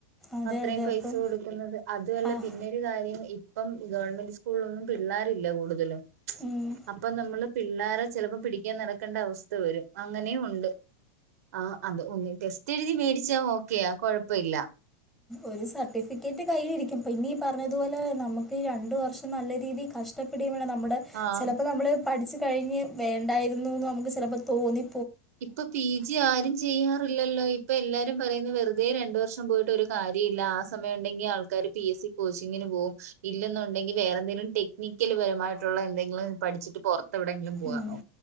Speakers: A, in the centre; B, on the right.
A: അതെ
B: അത്രയും
A: അതെ
B: പൈസ
A: അപ്പം
B: കൊടുക്കുന്നത് അതുമല്ല
A: ആഹ്
B: പിന്നെരു കാര്യം ഇപ്പം ഗവൺമെന്റ് സ്കൂളിലൊന്നും പിള്ളാരില്ല കൂടുതലും
A: ഉം
B: അപ്പൊ നമ്മള് പിള്ളേരെ ചിലപ്പോ പിടിക്കാൻ നടക്കേണ്ട അവസ്ഥ വരും അങ്ങനെയ ഉണ്ട് ആഹ് അത് ഒന്ന ടെസ്റ്റ് എഴുതി മേടിച്ചാ ഓക്കെയാ കൊഴപ്പല്ല....
A: ഒരു സർട്ടിഫിക്കറ്റ് കയ്യിലിരിക്കും. അപ്പോം ഇന്നീ പറഞ്ഞതുപോലെ നമുക്ക് രണ്ട് വർഷം നല്ല രീതിയിൽ കഷ്ടപ്പെടുകയും വേണം നമ്മുടെ
B: ആഹ്
A: ചിലപ്പോ നമ്മൾ പഠിച്ച് കഴിഞ്ഞ് വേണ്ടായിരുന്നുന്ന് നമുക്ക് ചിലപ്പോ തോന്നി
B: ഇപ്പൊ പി ജി ആരും. ചെയ്യാറില്ലല്ലോ ഇപ്പൊ എല്ലാരും പറയുന്നത് വെറുതെ രണ്ട വർഷം പോയിട്ട് ഒരു കാര്യല്ല ആ സമയം ഉണ്ടെങ്കിൽആൾക്കാര് പി എസ് സ കോച്ചിങ്ങിന് പോകും ഇല്ലെന്നുണ്ടെങ്കിൽ വേറെന്തെങ്കിലും ടെക്നിക്കൽ പരമായിട്ടുള്ള എന്തെങ്കിലും പഠിച്ചിട്ട് പൊറ തെഎവിടെയങ്കില പോവാനോ
A: ഉം